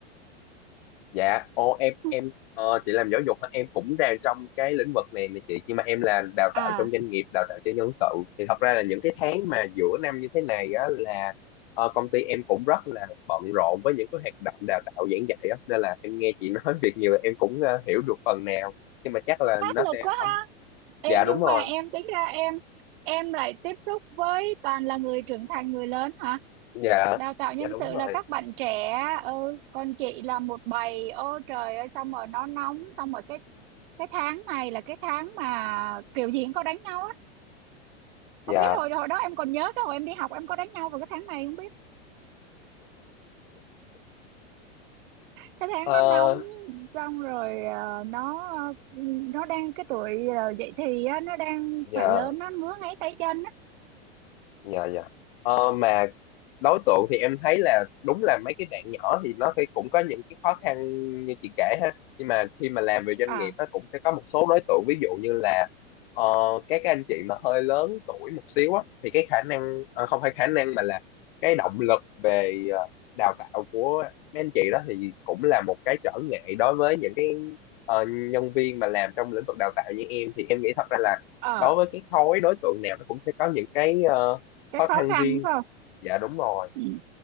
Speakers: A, on the left; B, on the right.
A: dạ ô em
B: <laughs>
A: em ờ, chị làm giáo dục hả? em cũng đang trong cái lĩnh vực này nè chị nhưng mà em làm đào
B: à
A: tạo trong doanh nghiệp đào tạo cho nhân sự thì thật ra là những cái tháng mà giữa năm như thế này á là ờ, công ty em cũng rất là bận rộn với những cái hoạt động đào tạo giảng dạy á nên là em nghe chị nói <laughs> việc nhiều em cũng ờ, hiểu được phần nào nhưng mà chắc là
B: áp
A: nó
B: lực
A: sẽ
B: quá
A: không
B: ha Ê,
A: dạ
B: nhưng
A: đúng rồi
B: mà em tính ra em em lại tiếp xúc với toàn là người trưởng thành người lớn hả
A: dạ
B: đào tạo nhân
A: dạ đúng
B: sự
A: rồi
B: là các bạn trẻ ừ còn chị là một bầy ô trời ơi xong rồi nó nóng xong rồi cái cái tháng này là cái tháng mà kiểu gì cũng có đánh nhau á
A: dạ
B: không biết hồi hồi đó em còn nhớ cái hồi em đi học em có đánh nhau vào cái tháng này không biết cái tháng
A: Ờ,
B: nó nóng xong rồi ờ, nó ờ, nó đang cái tuổi ờ, dậy thì á, nó đang
A: dạ
B: phải lớn nó ngứa ngáy tay chân á
A: dạ dạ Ờ, mà đối tượng thì em thấy là đúng là mấy cái bạn nhỏ thì nó thì cũng có những cái khó khăn như chị kể ha nhưng mà khi mà làm về doanh
B: à
A: nghiệp nó cũng sẽ có một số đối tượng ví dụ như là ờ, các cái anh chị mà hơi lớn tuổi một xíu á thì cái khả năng ờ, không phải khả năng mà là cái động lực về ờ, đào tạo của mấy anh chị đó thì cũng là một cái trở ngại đối với những cái ờ, nhân viên mà làm trong lĩnh vực đào tạo như em thì em nghĩ thật ra là
B: ờ
A: đối với cái khối đối tượng nào nó cũng sẽ có những cái ờ,
B: cái
A: khó
B: khó
A: khăn
B: khăn
A: riêng
B: phải không
A: dạ đúng rồi
B: ừ.